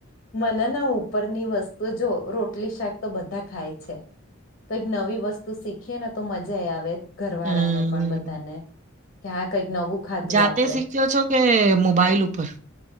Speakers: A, on the left; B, on the right.
A: મને ના ઉપરની વસ્તુ જો રોટલી શાક તો બધા ખાય છે કઈક નવી વસ્તુ શીખીએ ને તો મજા આવે ઘર વાળા
B: હમ
A: ને પણ બધાને ક્યાં કંઈક નવું ખાધું
B: જાતે
A: આપડે
B: શીખ્યો છો કે મોબાઈલ ઉપર